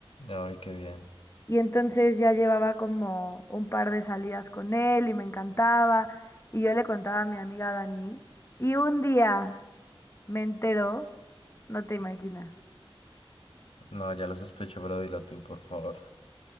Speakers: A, on the left; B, on the left.
A: Ay, qué bien.
B: Y entonces ya llevaba como un par de salidas con él y me encantaba. Y yo le contaba a mi amiga Dani. Y un día me enteró, no te imaginas,
A: No, ya lo sospecho, pero dilo tú, por favor.